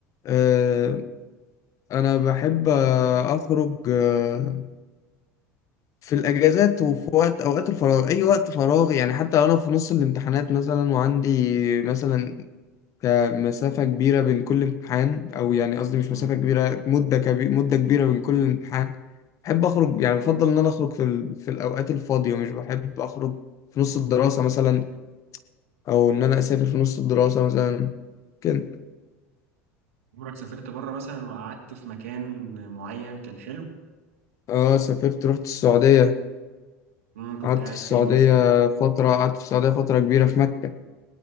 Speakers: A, on the left; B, on the right.
A: آه، انا بحب آه، اخرج آه، في الاجازات وفي وقت اوقات الفراغ اي وقت فراغ يعني حتى لو انا في نص الامتحانات مثلا وعندي مثلا مسافة كبيرة بين كل امتحان او يعني قصدي مش
B: مم.
A: مسافة كبيرة مدة كبي مدة كبيرة بين كل امتحان بحب اخرج يعني بفضل ان انا اخرج في ال... في الاوقات الفاضية مش بحب اخرج في نص الدراسة مثلا او ان انا اسافر في نص الدراسة مثلا كده
B: عمرك سافرت بره مثلا وقعدت في مكان معين كان حلو؟
A: اه سافرت رحت السعودية
B: مم. كنت
A: قعدت
B: قاعد
A: في السعودية
B: فين مثلا؟
A: فترة قعدت في السعودية فترة كبيرة في مكة